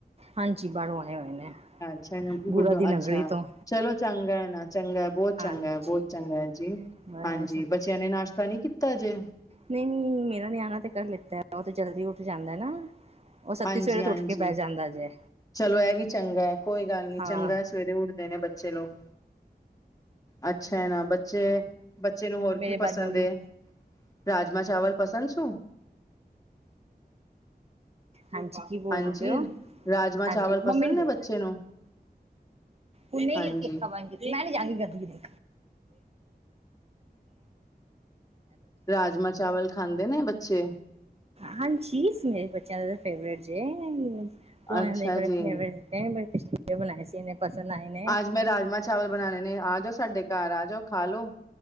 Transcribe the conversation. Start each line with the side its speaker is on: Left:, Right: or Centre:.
Right: ਹਾਂਜੀ। ਬਾਹਰੋਂ ਆਣੇ, ਹੋਏ ਨੇ।
Left: ਅੱਛਾਗਲ
Right: ਗੁੜਾ
Left: ਤੋਂ,
Right: ਦੀ ਨਗਰੀ
Left: ਅੱਛਾ।
Right: ਤੋਂ
Left: ਚਲੋ ਚੰਗਾ ਨਾ ਚੰਗਾ। ਬਹੁਤ ਚੰਗਾ
Right: ਹਾਂਜੀ।
Left: ਹੈ, ਬਹੁਤ ਚੰਗਾ ਹੈ, ਜੀ।
Right: ਬਸ
Left: ਹਾਂਜੀ। ਬੱਚਿਆਂ ਨੇ ਨਾਸ਼ਤਾ ਨੀ ਕੀਤਾ ਜੇ?
Right: ਨਹੀਂ- ਨਹੀਂ, ਮੇਰਾ ਨਿਆਣਾ ਤੇ, ਕਰ ਲਿੱਤਾ। ਉਹ ਤੇ ਜਲਦੀ, ਉੱਠ ਜਾਂਦਾ ਨਾ। ਉਹ ਸੱਤੀ
Left: ਹਾਂਜੀ-
Right: ਸਵੇਰੇ
Left: ਹਾਂਜੀ,
Right: ਤੋਂ ਉੱਠ ਕੇ ਬਹਿ ਜਾਂਦਾ ਜੇ
Left: ਚਲੋ ਇਹ ਵੀ ਚੰਗਾ ਹੈ। ਕੋਈ ਗੱਲ ਨੀ,
Right: ਹਾਂ
Left: ਚੰਗਾ। ਸਵੇਰੇ ਉੱਠਦੇ, ਨੇ ਬੱਚੇ ਲੋਕ। ਅੱਛਾ, ਹੈ ਨਾ ਬੱਚੇ। ਬੱਚੇ ਨੂੰ ਹੋਰ
Right: ਮੇਰੇ
Left: ਕੀ
Right: ਬਾਅਦ
Left: ਪਸੰਦ
Right: ਮੋਲੂ
Left: ਏ? ਰਾਜਮਾ, ਚਾਵਲ ਪਸੰਦ ਸ਼ੂ?
Right: ਹਾਂਜੀ, ਕੀ ਬੋਲਦੇ
Left: ਹਾਂਜੀ
Right: ਪਏ ਹੋ।
Left: ਰਾਜਮਾਂ
Right: ਹਾਂਜੀ,
Left: ਚਾਵਲ ਪਸੰਦ
Right: ਮੰਮੀ ਨੂੰ
Left: ਨੇ
Right: ਬੋਲੋ।
Left: ਬੱਚੇ ਨੂੰ?
Right: ਹਨੇ
Left: ਹਾਂਜੀ
Right: ਕੇ ਖਾਾਂ <unintelligible> ਮੈਂ ਨੀ ਜਾ ਰਹੀ <unintelligible> ਗੀ ਗਦਗੀ ਦੇ
Left: ਰਾਜਮਾ- ਚਾਵਲ ਖਾਂਦੇ ਨੇ, ਬੱਚੇ?
Right: ਹਰ ਚੀਜ਼, ਮੇਰੇ ਬੱਚਿਆਂ ਦਾ, ਫੇਵਰੇਟ ਜੇ। ਬਿਸ
Left: ਅੱਛਾ ਜੀ
Right: ਬਣਾਈ ਸੀਨ <unintelligible> ਪਸੰਨ ਆਏ ਨੇ।
Left: ਆਜ ਮੈਂ ਰਾਜਮਾਂ- ਚਾਵਲ ਬਣਾਉਣੇ ਨੇ। ਆ ਜਾਓ ਸਾਡੇ ਘਰ, ਆ ਜਾਓ ਖਾ ਲੋ।